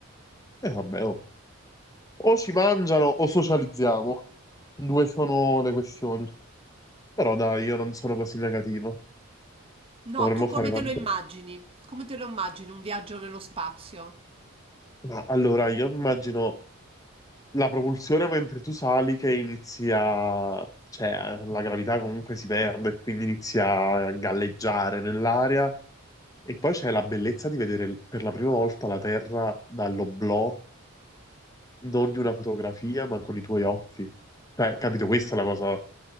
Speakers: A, on the left; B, on the right.
A: Eh vabbè, oh. O ci mangiano o socializziamo. Due sono le questioni. Però dai, io non sono così negativo.
B: no,
A: Dovremmo
B: tu come
A: fare
B: te
A: tanto.
B: lo immagini? Come te lo immagini un viaggio nello spazio?
A: Ma allora, io immagino la propulsione mentre tu sali che inizia, cioè la gravità comunque si perde, quindi inizia a galleggiare nell'aria. E poi c'è la bellezza di vedere l- per la prima volta la Terra dall'oblò, non di una fotografia, ma con i tuoi occhi. Cioè, capito, questa è la cosa